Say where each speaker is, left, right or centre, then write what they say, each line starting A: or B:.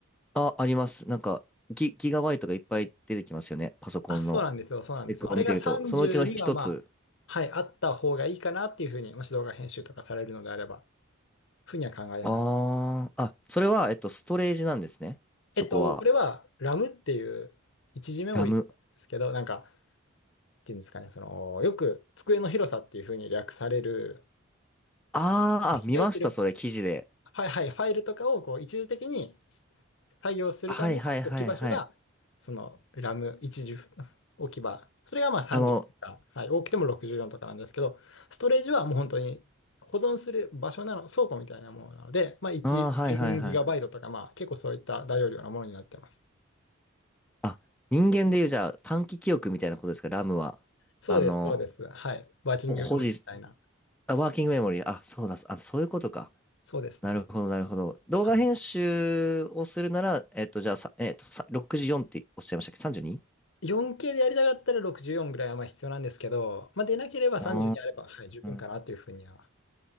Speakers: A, in the centre; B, on the left.
A: あ、あります。なんか、ギ、ギガバイトがいっぱい出てきますよね。パソコンのスペックを見てると。
B: あ、そうなんですよ、そうなんですよ。あれが32はまあ、
A: そのうちの一つ
B: はい、あった方がいいかなっていうふうに、もし動画編集とかされるのであれば、ふうには考えます。
A: ああ、あ、それは、えっと、ストレージなんですね。そこは。
B: えっと、これはラムっていう一時メモリなんですけど、
A: ラム。
B: なんか、っていうんですかね、その、よく机の広さっていうふうに略される、
A: あーあ、見ました、
B: 開いてる、
A: それ、記事で。
B: はいはい、ファイルとかをこう一時的に作業するための置き場所が、
A: はいはいはいはい。
B: そのラム一時置き場。それがまあ30とか、
A: あの、
B: はい、多くても64とかなんですけど、ストレージはもう本当に保存する場所なの、倉庫みたいなものなので、まあ1
A: ああ、はいはいはい。
B: 0ギガバイトとか、まあ結構そういった大容量なものになってます。
A: あ、人間でいう、じゃあ、短期記憶みたいなことですか、ラムは。
B: そうです、
A: あの、
B: そうです。はい。ワーキングメモリーみたいな。
A: ほ保持、あ、ワーキングメモリー。あ、そうだ、あ、そういうことか。
B: そうですね。
A: なるほど、なるほど。動画編集をするなら、
B: は
A: えっと、じゃあ、さ、えっと、さ、64っておっしゃいましたっけ 32?
B: い、4K でやりたかったら64ぐらいはまあ必要なんですけど、まあ、出なければ30にあれば、
A: うにうー
B: はい、十分かなというふうには。
A: ん。